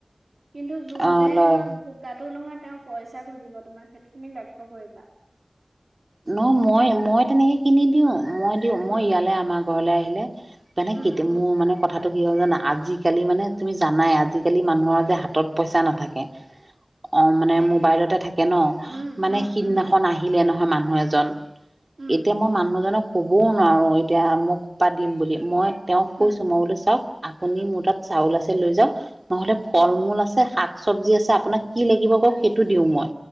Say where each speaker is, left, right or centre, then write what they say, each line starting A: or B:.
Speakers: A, on the right; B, on the right.
A: কিন্তু যোনে
B: অ লয়
A: তোমাৰ ভোকাত টো নহয় তেওঁ পইচা খুজিব তোমাৰ সেইটো তুমি লক্ষ্য কৰিবা।
B: ন মই-মই তেনেকে কিনি দিওঁ। মই দিওঁ
A: উম,
B: মই ইয়ালৈ আমাৰ ঘৰলৈ আহিলে পেনে
A: উম,
B: কে
A: উম,
B: মোৰ মানে কথা কি হয়ল জানা আজিকালি মানে তুমি জানাই আজিকালি মানুহৰ যে হাতত পইচা নাথাকে। অ, মানে
A: সেইটোৱে।
B: মোবাইলতে থাকে ন
A: উম,
B: মানে
A: উম,
B: সিদিনাখন
A: উম,
B: আহিলে নহয়। ধেমান <unintelligible> মানুহ এজন।
A: উম,
B: এতিয়া মই মানুহজনক ক'বও নোৱাৰোঁ এতিয়া মোক সোপাত দিম বুলি মই তেওঁ কৈছোঁ
A: উম, উম,
B: মই বোলো চাওঁক। আপুনি মোৰ তাত চাউল আছে লৈ যাওঁক। নহ'লে ফল-মূল
A: উম,
B: আছে, শাক চব্জি আছে, আপোনাক কি লাগিব কওঁক সেইটো দিওঁ মই।